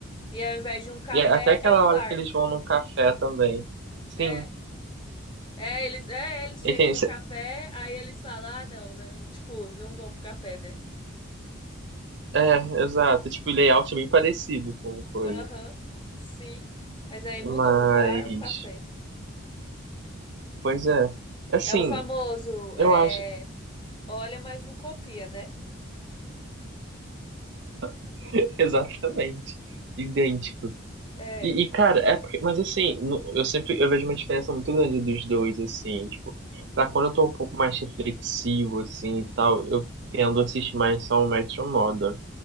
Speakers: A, on the left; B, on the right.
A: E ao invés de um café,
B: E é até aquela
A: é um
B: hora
A: bar.
B: que eles vão no café também. Sim.
A: É. É, eles, é, eles chegam
B: E tem-
A: no café, aí eles falam, ah, não, né? Tipo, não vão pro café, né?
B: É, exato. Tipo, o layout é bem parecido com coisa.
A: Aham, sim. Mas aí mudou,
B: Mas,
A: um bar, um café.
B: pois é. Assim,
A: É o famoso,
B: eu
A: é,
B: acho
A: olha, mas não copia, né?
B: <laughs> exatamente idêntico.
A: É,
B: E, e, cara, é porque, mas assim, no- eu sempre eu vejo uma diferença muito grande dos dois, assim, tipo, pra quando eu tô um pouco mais reflexivo, assim, e tal, eu tendo a assistir mais só o Metro Modern.